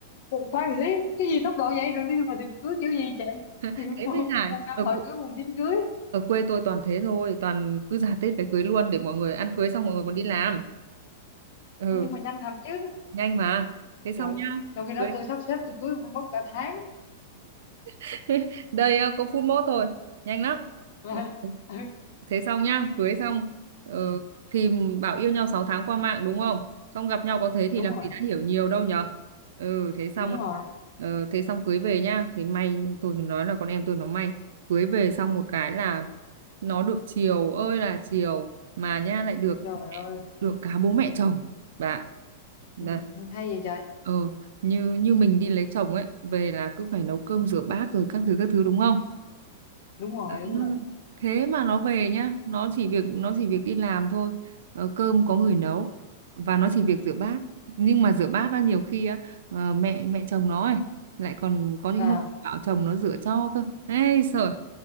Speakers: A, on the left (about 65°); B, on the right (about 75°).
A: một khoan gì cái gì tốc độ vậy rồi đi mà tìm cưới kiểu gì chị
B: <laughs>
A: kiểu
B: thế
A: <laughs> một,
B: mới hài
A: một năm
B: ở,
A: hỏi
B: cu-
A: cưới mùng chín cưới
B: ở quê tôi toàn thế thôi toàn cứ ra Tết cái cưới luôn để mọi người ăn cưới xong mọi người còn đi làm ừ
A: Nói nhưng mà nhanh thật chứ
B: nhanh mà thế xong
A: trời
B: nhá
A: trong khi đó
B: cưới
A: tôi sắp xếp tôi cưới phải mất cả tháng
B: <laughs> đây ờ, có phút mốt thôi nhanh lắm
A: <laughs>
B: Ừ, thế xong nhá cưới xong ờ,
A: ừ.
B: thì bảo yêu nhau 6 tháng qua mạng đúng không xong gặp nhau có thế thì
A: đúng
B: làm
A: rồi
B: gì đã hiểu nhiều đâu nhở ừ thế xong
A: đúng rồi
B: ờ, thế xong cưới về nhá thì may tôi nói là con em tôi nó may cưới về xong một cái là nó được chiều ơi là chiều mà nha lại được
A: trời ơi
B: được cả bố mẹ chồng bạn Nè,
A: ừ. hay vậy trời
B: ừ, như như mình đi lấy chồng ấy về là cứ phải nấu cơm
A: Ừ.
B: rửa bát rồi các thứ các thứ đúng không
A: đúng rồi đúng
B: Ừ.
A: rồi
B: thế mà nó về nhá nó chỉ việc nó chỉ việc đi làm thôi ờ, cơm có người nấu và nó chỉ việc rửa bát nhưng mà rửa bát á, nhiều khi á ờ, mẹ mẹ chồng nó ấy lại còn có những
A: à
B: hôm bảo chồng nó rửa cho cơ ê sợ